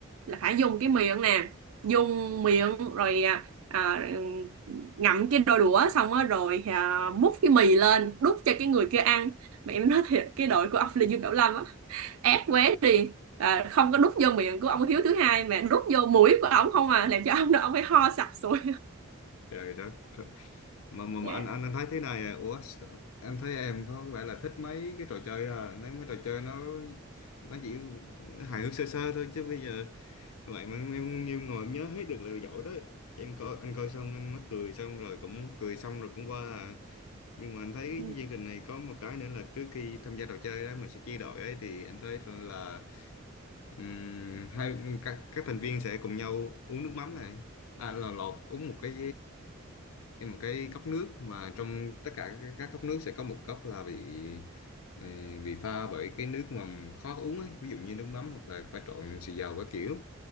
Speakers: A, on the right (about 85°); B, on the left (about 80°).
A: là phải dùng cái miệng nè dùng miệng rồi à, à, ngậm cái đôi đũa xong á rồi à, múc cái mì lên đút cho cái người kia ăn mà em nói thiệt cái đội của ông là Dương Cẩm Lâm á ác quá đi à, không có đút vô miệng của ông Hiếu thứ hai mà đút vô mũi của ông không à làm cho ông đó ông phải ho sặc sụi
B: trời đất mà mà,
A: nha
B: mà anh anh anh thấy thế này à ủa sao- anh thấy em có vẻ là thích mấy cái trò chơi à nếu mấy trò chơi nó nó chỉ hài hước sơ sơ thôi chứ bây giờ vậy mà em em nhiều ngồi em nhớ hết được là giỏi đấy Chứ em coi anh coi xong anh mắc cười xong rồi cũng cười xong rồi cũng qua à. nhưng mà anh thấy
A: <laughs>
B: cái chương trình này có một cái nữa là trước khi tham gia trò chơi đó mình sẽ chia đội ấy thì anh thấy là Ừm, hai các các thành viên sẽ cùng nhau uống nước mắm này à là lột uống một cái cái- một cái cốc nước mà trong tất cả các các cốc nước sẽ có một cốc là bị ờ, bị pha bởi cái nước mà khó uống ấy ví dụ như nước mắm hoặc là pha trộn xì dầu các kiểu